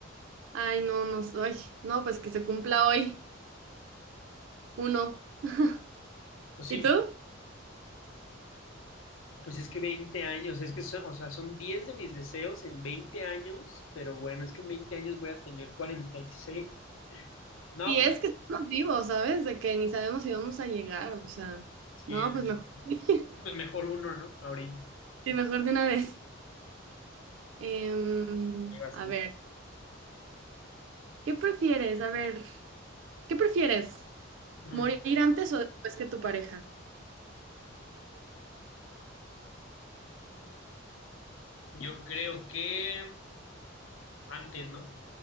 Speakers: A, on the right; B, on the left.
A: Ay, no, no, soy. No, pues que se cumpla hoy uno. <laughs>
B: Pues sí,
A: ¿Y tú?
B: pues es que 20 años, es que son, o sea, son 10 de mis deseos en 20 años, pero bueno, es que en 20 años voy a tener 46. No,
A: Y
B: pues
A: es que estamos vivos, ¿sabes? De que ni sabemos si vamos a llegar, o sea,
B: sí,
A: no,
B: la-
A: pues mejor. <laughs>
B: pues mejor uno, ¿no? Ahorita.
A: Sí, mejor de una vez. Em,
B: Ahí vas
A: a
B: tú.
A: ver, ¿qué prefieres? A ver, ¿qué prefieres?
B: Ujú.
A: ¿Morir antes o después que tu pareja?
B: Yo creo que antes, ¿no?